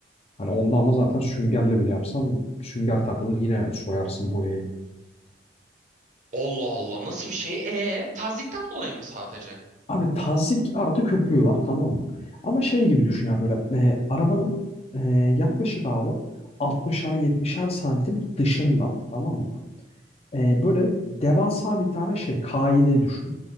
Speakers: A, on the left; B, on the right.
A: Hani onda ama zaten süngerle bile yapsan sünger takılır yine soyarsın boyayı.
B: Allah Allah nasıl bir şey? E tazikten dolayı mı sadece?
A: Abi tazyik artı köpüğü var tamam mı? Ama şey gibi düşün ya böyle e, arabanın e, yaklaşık abi 60'ar 70'er santim dışından tamam mı? E, böyle devasa bir tane şey kaide düşün.